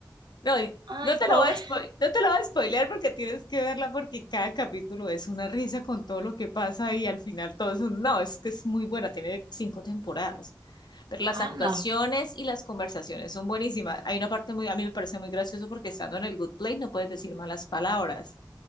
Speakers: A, on the left; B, on the right.
A: No, y
B: Ay,
A: no te
B: pobre
A: lo voy a spoiler, no te lo voy a spoilear porque tienes que verla porque cada capítulo es una risa con todo lo que pasa y al final todo es un no, es que es muy buena, tiene cinco temporadas. Pero las actuaciones
B: Ana.
A: y las conversaciones son buenísimas. Hay una parte muy, a mí me parece muy gracioso porque estando en el good place no puedes decir malas palabras.